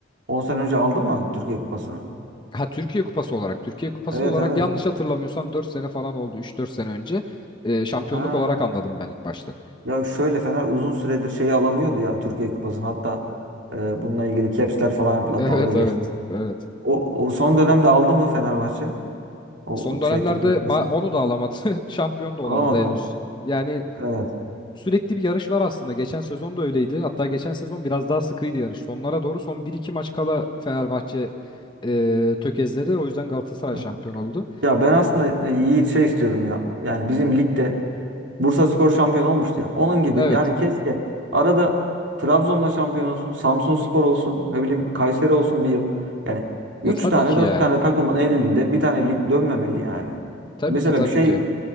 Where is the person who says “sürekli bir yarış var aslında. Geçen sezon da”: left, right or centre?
Left